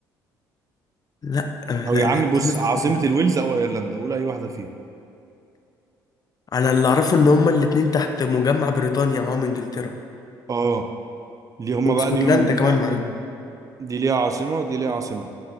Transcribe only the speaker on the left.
لا آه،
لا
دي
عاصمة
اسكتلندا
أنا اللي أعرفه إن هما الاتنين تحت مجمع بريطانيا معاهم إنجلترا
واسكتلندا
كمان
معاهم